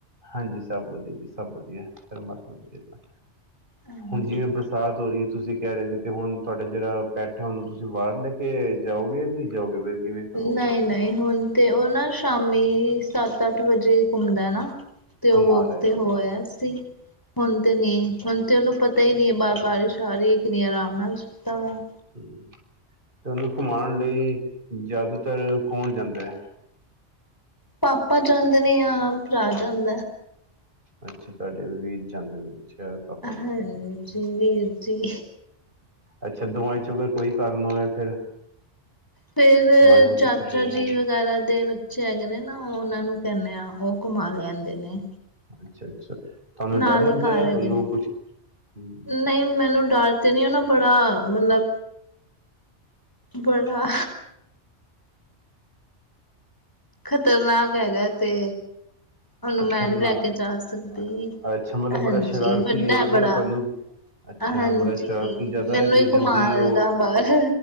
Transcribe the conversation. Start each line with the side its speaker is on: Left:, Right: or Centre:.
Right: ਹਾਂਜੀ ਸਭ ਵਧੀਆ ਜੀ ਸਭ ਵਧੀਆ ਕਿਰਪਾ
Left: ਹਾਂਜੀ
Right: ਹੁਣ ਜਿਵੇਂ ਬਰਸਾਤ ਹੋ ਰਹੀ ਹੈ ਤੁਸੀਂ ਕਹਿ ਰਹੇ ਸੀ ਤੇ ਹੁਣ ਤੁਹਾਡੇ ਜਿਹੜਾ ਬੈਠਾ ਹੈ ਉਹਨੂੰ ਤੁਸੀਂ ਬਾਹਰ ਲੈ ਕੇ ਜਾਓਗੇ ਨਹੀਂ ਜਾਓਗੇ ਕਿਵੇਂ ਕਰੋਗੇ
Left: ਨਹੀਂ
Right: ਹੁਣ
Left: ਨਹੀਂ ਹੁਣ ਤੇ ਉਹ ਨਾ ਸ਼ਾਮ ਮੰਮੀ ਸੱਤ ਅੱਠ ਵਜੇ ਘੁੰਮਦਾ ਹੈ ਨਾ ਤੇ ਉਹ
Right: ਘੁਮਾ
Left: ਵੋ
Right: ਲਏ
Left: ਤੇ ਹੋ
Right: ਅੱਛਾ
Left: ਆਇਆ ਸੀ ਹੁਣ ਤੇ ਨੀ
Right: ਅੱਛਾ
Left: ਹੁਣ ਤੇ ਉਹਨੂੰ ਪਤਾ ਹੀ ਨਹੀਂ ਬਾਰ ਬਾਰਿਸ਼ ਆ ਰਹੀ ਹੈ ਕਿੰਨੀ ਆਰਾਮ ਨਾਲ ਹ
Right: ਹਮ ਤੇ ਉਹਨੂੰ ਘੁਮਾਉਣ ਲਈ ਜ਼ਿਆਦਾਤਰ ਕੌਣ ਜਾਂਦਾ ਹੈ।
Left: ਪਾਪਾ ਜਾਂਦੇ ਨੇ ਆ ਭਰਾ ਜਾਂਦਾ
Right: ਅੱਛਾ ਤੁਹਾਡੇ ਵੀਰ ਜਾਂਦੇ ਨੇ ਅੱਛਾ ਪਾਪਾ ਜੀ
Left: ਹਾਂਜੀ
Right: ਜਾਇਆ ਕਰਦੇ ਨੇ
Left: ਵੀਰ ਜੀ
Right: ਅੱਛਾ ਦਵਾਈ ਚੋਂਗ ਕੋਈ ਕਾਰਨ ਹੋਆ ਫਿਰ
Left: ਫੇਰ
Right: ਮੰਨ ਲਓ
Left: ਚਾਚਾ
Right: ਕਿੱਥੇ ਗਏ ਹੋਣ
Left: ਜੀ ਵਗੈਰਾ ਦੇ ਬੱਚੇ ਹੈਗੇ ਨੇ ਨਾਓਨਾਂ ਨੂੰ ਕਰ ਆ ਉਹ ਘੁਮਾ ਲਿਆਂਦੇ ਨੇ
Right: ਅੱਛਾ ਤੁਹਾਨੂੰ ਡਰ
Left: ਨਾਲ
Right: ਲੱਗਦਾ
Left: ਹੀ ਘਰ
Right: ਹੈ
Left: ਹੈਗੇ
Right: ਤੁਹਾਨੂੰ
Left: ਨੇ
Right: ਕੁਛ ਹਮ
Left: ਨਹੀਂ ਮੈਨੂੰ ਡਰ ਤੇ ਨੀ ਉਹ ਨਾ ਬੜਾ ਮਤਲਬ ਬੜਾ ਖਤਰਨਾਕ ਹੈਗਾ ਤੇ ਉਹਨੂੰ
Right: ਖਤਰਨਾਕ
Left: ਮੈਂ ਨੀ ਲੈ ਕੇ ਜਾ ਸਕਦੀ
Right: ਅੱਛਾ ਮਤਲਬ
Left: ਹਾਂਜੀ
Right: ਬੜਾ ਸ਼ਰਾਰਤੀ
Left: ਵੱਡਾ
Right: ਹੈ ਕਿ
Left: ਬੜਾ
Right: ਉਹ ਤੁਹਾਨੂੰ ਅੱਛਾ
Left: ਹਾਂਜੀ
Right: ਬੜਾ ਸ਼ਰਾਰਤੀ ਜ਼ਿਆਦਾ
Left: ਮੈਨੂੰ
Right: ਹੈ ਤੇ
Left: ਹੀ
Right: ਜਲਦੀ
Left: ਘੁਮਾ ਲਏਗਾ
Right: ਉਹ
Left: ਬਾਹਰ